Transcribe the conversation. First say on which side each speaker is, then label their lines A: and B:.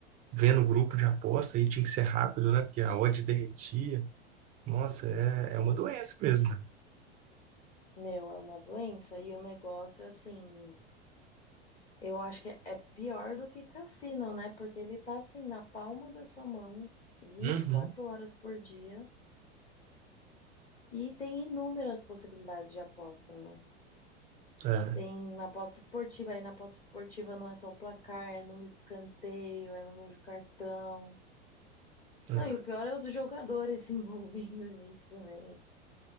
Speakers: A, on the right (about 25°); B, on the left (about 25°).
A: vendo o grupo de aposta, aí tinha que ser rápido, né? Porque a odd derretia. Nossa, é, é uma doença mesmo. né?
B: Meu, é uma doença e o negócio, assim, eu acho que é pior do que cassino, né? Porque ele tá, assim, na palma da sua mão, vinte
A: Uhum,
B: e quatro horas por dia. E tem inúmeras possibilidades de aposta, né?
A: é,
B: Tem aposta esportiva, aí na aposta esportiva não é só o placar, é número de escanteio, é número de cartão.
A: é.
B: Não, e o pior é os jogadores se <laughs> envolvendo nisso também.